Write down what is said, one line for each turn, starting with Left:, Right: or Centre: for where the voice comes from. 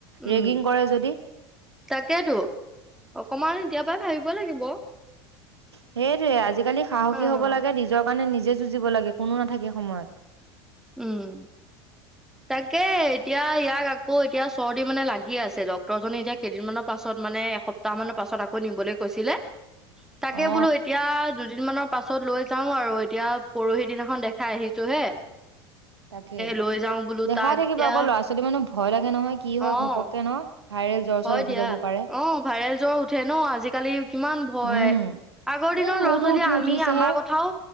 Centre: উম
Right: ৰেগিং কৰে যদি,
Centre: তাকেতো অকমান এতিয়াৰ পৰা ভাবিব লাগিব।
Right: সেইটোৱে আজিকালি সাহসী
Centre: অ',
Right: হ'ব লাগে নিজৰ কাৰণে নিজ জে যুজিব লাগে কোনো নাথাকে সময়ত
Centre: উম তাকে এতিয়া ইয়াক আকৌ এতিয়া চৰ্দি মানে লাগি আছে ডক্তৰজনে এতিয়া কেইদিনমানৰ পাছত মানে এসপ্তাহ মানৰ পাছত আকৌ নিবলৈ কৈছিলে তাকে
Right: অ
Centre: বোলো এতিয়া দুদিনমানৰ পাছত লৈ যাও আৰু এতিয়া পৰহি দিনাখন দেখাই আহিছো হে।
Right: <inaudible> তাকে
Centre: লৈ যাওঁ বোলো
Right: দেখাই
Centre: তাক
Right: থাকিবা
Centre: এতিয়া
Right: আকৌ ল'ৰা ছোৱালী মানুহ ভয় লাগে নহয় কি হয়
Centre: অ',
Right: ঘপককে ন ভাইৰেল জ্বৰ চৰ
Centre: হয়
Right: উঠি
Centre: দিয়া
Right: যাব
Centre: অ
Right: পাৰে
Centre: ভাইৰেল জ্বৰ উঠে ন আজিকালি কিমান ভয়।
Right: উম
Centre: আগৰ দিনৰ
Right: এ মোৰতো
Centre: ল'ৰা ছোৱালীয়ে
Right: উঠি
Centre: আমি
Right: উঠিছেহে
Centre: আমাৰ কথাও